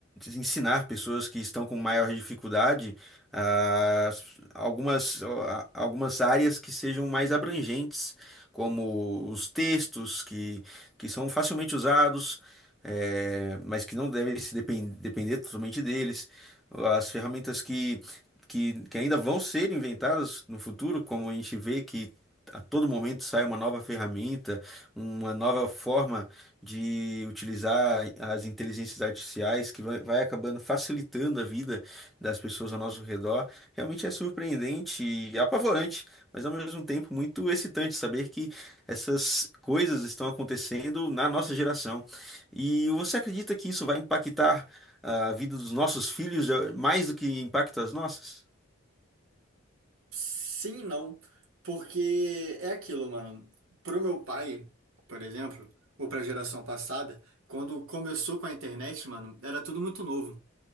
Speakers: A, in the centre; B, on the right.
A: ensinar pessoas que estão com maior dificuldade ah, algumas, ah, algumas áreas que sejam mais abrangentes, como os textos que, que são facilmente usados, eh, mas que não devem se depen- depender totalmente deles, as ferramentas que, que, que ainda vão ser inventadas no futuro, como a gente vê que A todo momento sai uma nova ferramenta, uma nova forma de utilizar as inteligências artificiais que vai, vai acabando facilitando a vida das pessoas ao nosso redor, realmente é surpreendente e apavorante, mas ao mesmo tempo muito excitante saber que essas coisas estão acontecendo na nossa geração. E você acredita que isso vai impactar a vida dos nossos filhos eh, mais do que impacta as nossas?
B: Sim, e não, porque é aquilo, mano. Pro meu pai, por exemplo, ou pra geração passada, quando começou com a internet, mano, era tudo muito novo.